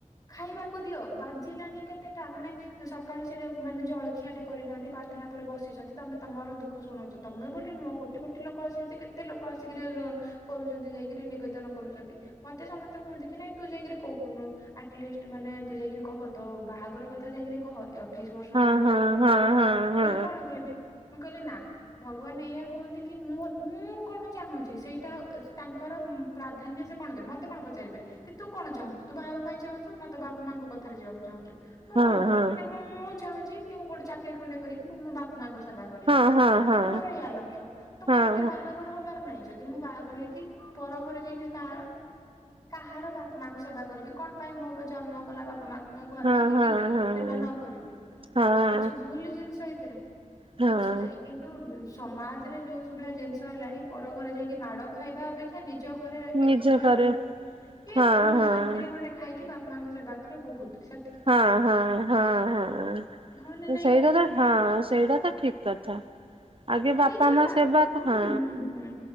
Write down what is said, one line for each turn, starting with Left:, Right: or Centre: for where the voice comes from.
Left: ଖାଇବାକୁ ଦିଅ ବା ବାଜିଲାଣି କେତେଟା ମାନେ ସ ସକାଳୁ ସେଜଉ ମାନେ ଜଳଖିଆଡେ କରିନାହାଁନ୍ତି। ପ୍ରାର୍ଥନା ପରେ ବସିଛନ୍ତି। ତମେ ତମର ଦୁଖ ଶୁଣଉଛ। ତମେ ବୋଲି ନୁହଁ କୋଟି କୋଟି ଲୋକ ଆସିଛନ୍ତି କେତେ ଲୋକ ଆସିକିରି କରୁଛନ୍ତି ଯାଇକିରି ନିବେଦନ କରୁଛନ୍ତି। ମତେ ସମସ୍ତେ କୁହନ୍ତି କି ନାଇଁ ତୁ ଯାଇକିରି କହୁୁନୁ। ଆଟଲିଷ୍ଟ ମାନେ ତୁ ଯାଇକରି କହ ତ ବାହାଘର କଥା ଯାଇକରି କହ। ଅଠେଇଶି ବର୍ଷ
Right: ହଁ
Left: ହେଲାଣି ବାହାଘର
Right: ହଁ ହଁ ହଁ
Left: ହେଇପାରିନୁ କ।
Right: ହଁ
Left: ମୁଁକହିଲି କଣ କହିବି? ମୁଁ କହିଲି ନା ଭଗବାନ ଏଇଆ କୁହନ୍ତି କି ମୁଁ ମୁଁ କଣ ଚାହୁଁଛି ସେଇଟା ତାଙ୍କର ପ୍ରାଧାନ୍ୟ ସେ କଣ ଦେବେ ମତେ କଣ ପଚାରିବେ? କି ତୁ କଣ ଚାହୁଁଛୁ? ତୁ ବାହା ହେବା ପାଇଁ ଚାହୁଁଛୁ, ନା ତୋ ବାପା ମାଆଙ୍କ କଥାରେ ଯିବାକୁ ଚାହୁଁଛୁ? ମୁଁ
Right: ହଁ
Left: କଣ କହିବି,
Right: ହଁ ହଁ
Left: କିନା ମୁଁ ଚାହୁଁଛି କି ମୁଁ ଗୋଟେ ଚାକିରି ଖଣ୍ଡେ କରିକି, ମୁଁ ମୋ ବା ମାଙ୍କ ସେବା କରିବି।
Right: ହଁ ହଁ ହଁ ହଁ ହଁ
Left: ମୋର ଏଇୟା ଲକ୍ଷ୍ୟ। ତ
Right: ହଁ
Left: ମତେ
Right: ହଁ
Left: ବାହାଘର ହବାର ନାଇଁ। ଯଦି ମୁଁ ବାହାଘର ହେଇକି, ପର ଘରେ ଯାଇକି କାହା କାହାର ବାପା ମାକୁ ସେବା କରିବି। କଣ ପାଇଁ ମୋ ଜନ୍ମ କଲା ବାପା ମା ମୁଁ ଘରେ
Right: ହଁ
Left: ରହିକି
Right: ହଁ ହଁ
Left: ସେବା ନ କରିବି।
Right: ହଁ
Left: କିଛି ଭୁଲ ଜିନିଷ ଏଥିରେ।
Right: ହଁ
Left: କିଛି ନାହିଁ। କିନ୍ତୁ କିନ୍ତୁ ସମାଜରେ ଯୋଉ ସବୁ ଭଳିଆ ଜିନିଷ ହେଲାଣି, ପର ଘରେ ଯାଇକି ମାଡ ଖାଇବା ଅପେକ୍ଷା ନିଜ ଘରେ ଏକୁଟିଆ
Right: ନିଜ ଘରେ
Left: ରହିକି, କି
Right: ହଁ
Left: ଉ
Right: ହଁ।
Left: ଶାନ୍ତିରେ ଗଣ୍ଡେ ଖାଇକି ବାପା ମାଙ୍କ ସେବା କଲେ ବହୁତ। ସେ
Right: ହଁ ହଁ ହଁ ହଁ।
Left: ହଁ ନା ନାଇଁ
Right: ସେଇଟା
Left: କହୁନାହାନ୍ତି?
Right: ତ ହଁ ସେଇଟା ତ ଠିକ କଥା। ଆଗେ
Left: ନିଜେ
Right: ବାପା ମା
Left: ଭା
Right: ସେବା କ
Left: ହୁଁ
Right: ହଁ।
Left: ହୁଁ ହୁଁ